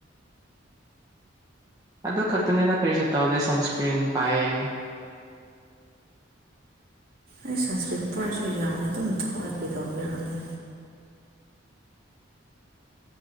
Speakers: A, on the right (about 15°); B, on the right (about 45°).
A: ꯑꯗꯨ ꯈꯛꯇꯅꯤꯗ ꯀꯔꯤꯁꯨ ꯇꯧꯗꯦ ꯁꯟꯁꯀ꯭ꯔꯤꯟ ꯄꯥꯏꯌꯦ <inaudible>
B: ꯑꯩ ꯁꯟꯁꯀ꯭ꯔꯤꯟ ꯄꯥꯏꯔꯁꯨ ꯌꯥꯗꯦ ꯑꯗꯨꯝ ꯊꯣꯛꯑ ꯀꯩꯗꯧꯕꯤꯔ ꯈꯪꯗꯦ